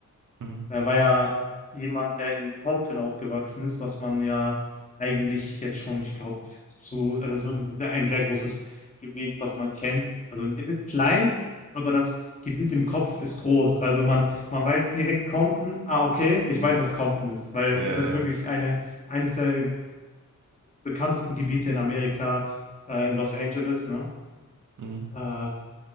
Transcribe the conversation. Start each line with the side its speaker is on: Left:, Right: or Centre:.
Right: Mhm.
Left: Er war ja jemand, der in Compton aufgewachsen ist, was man ja eigentlich jetzt schon, ich glaube, zu, also das ist wirklich ein sehr großes Gebiet, was man kennt. Also es ist klein, aber das Gebiet im Kopf ist groß. Also man, man weiß direkt Compton, ah, okay, ich weiß, was Compton ist, weil
Right: Ja,
Left: es ist wirklich eine, eines der bekanntesten Gebiete in Amerika, äh, in Los Angeles, ne?
Right: Mhm.
Left: Äh,